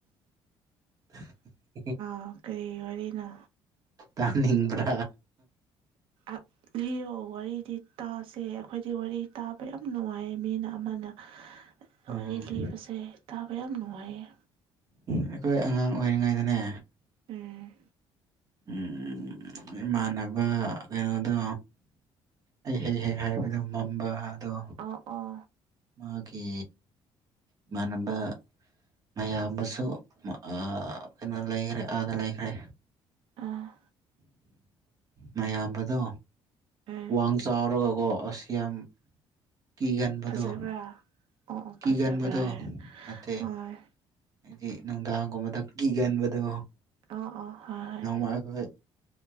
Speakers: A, on the right; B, on the right.
A: ꯍꯥ ꯍ
B: ꯑꯥ ꯀꯩ ꯋꯔꯤꯅꯣ
A: ꯇꯥꯅꯤꯡꯕ꯭ꯔꯥ
B: ꯑꯥ ꯂꯤꯌꯣ ꯋꯔꯤꯗꯤ ꯇꯥꯁꯦ ꯑꯩꯈꯣꯏꯗꯤ ꯋꯔꯤ ꯇꯥꯕ ꯌꯥꯝ ꯅꯨꯡꯉꯥꯏ ꯃꯤꯅ ꯑꯃꯅ
A: ꯎꯝ
B: ꯋꯔꯤ ꯂꯤꯕꯁꯦ ꯇꯥꯕ ꯌꯥꯝ ꯅꯨꯡꯉꯥꯏꯌꯦ
A: ꯑꯩꯈꯣꯏ ꯑꯉꯥꯡ ꯑꯣꯏꯔꯤꯉꯩꯗꯅꯦ
B: ꯎꯨꯝ
A: ꯎꯝ ꯏꯃꯥꯟꯅꯕ ꯀꯩꯅꯣꯗꯣ ꯑꯩ ꯍꯦꯛ ꯍꯦꯛ ꯍꯥꯏꯕꯗꯣ ꯃꯝꯕ ꯑꯗꯣ
B: ꯑꯥ ꯑꯣ
A: ꯃꯥꯒꯤ ꯏꯃꯥꯟꯅꯕ ꯃꯌꯥꯝꯕꯁꯨ ꯑ ꯀꯩꯅꯣ ꯂꯩꯈ꯭ꯔꯦ ꯑꯥꯗ ꯂꯩꯈ꯭ꯔꯦ
B: ꯑꯥ
A: ꯃꯌꯥꯝꯕꯗꯣ
B: ꯎꯝ
A: ꯋꯥꯡ ꯆꯥꯎꯔꯒꯀꯣ ꯑꯁ ꯌꯥꯝ ꯀꯤꯒꯟꯕꯗꯣ
B: ꯐꯖꯕ꯭ꯔꯥ ꯑꯣ ꯑꯣ
A: ꯀꯤꯒꯟꯕꯗꯣ
B: ꯐꯖꯕ꯭ꯔꯥ ꯍꯥꯏꯔꯦ
A: ꯅꯠꯇꯦ
B: ꯍꯣꯏ
A: ꯍꯥꯏꯗꯤ ꯅꯨꯡꯗꯥꯡꯒꯨꯝꯕꯗ ꯀꯤꯒꯟꯕꯗꯣ
B: ꯑꯣ ꯑꯣ ꯍꯣꯏ
A: <unintelligible>